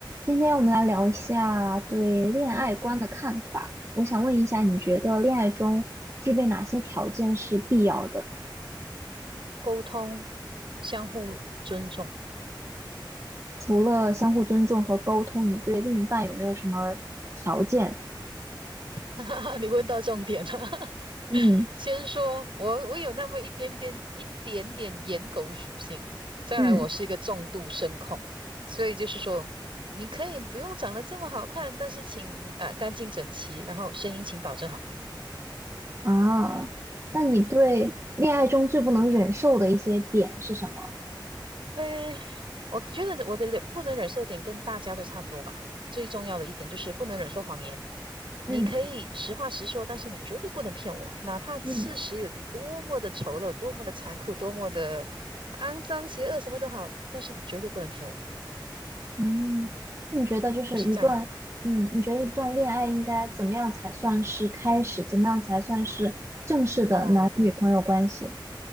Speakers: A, on the right; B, on the right.
A: 今天我们来聊一下对恋爱观的看法。
B: 嗯，
A: 我想问一下，你觉得恋爱中具备哪些条件是必要的？
B: 沟通，相互尊重。
A: 除了相互尊重和沟通，你对另一半有没有什么条件？
B: <laughs> 你问到重点了。<laughs>
A: 嗯
B: 先说，我我有那么一点点一点点颜狗属性，再来我是一个重度声控，
A: 嗯
B: 所以就是说，你可以不用长得这么好看，但是请啊、呃干净整齐，然后声音请保证好听。
A: 啊，那你对恋爱中最不能忍受的一些点是什么？
B: 诶，我觉得我的忍不能忍受的点跟大家都差不多吧。最重要的一点就是不能忍受谎言。你可以实话实说，
A: 嗯
B: 但是你绝对不能骗我，哪怕事实有多么的丑陋、
A: 嗯
B: 多么的残酷、多么的肮脏、邪恶，什么都好，但是你绝对不能骗我。
A: 嗯，那你觉得就是一段，
B: 我是这样
A: 嗯，你觉得一段恋爱应该怎么样才算是开始？怎么样才算是正式的男女朋友关系？
B: 哦，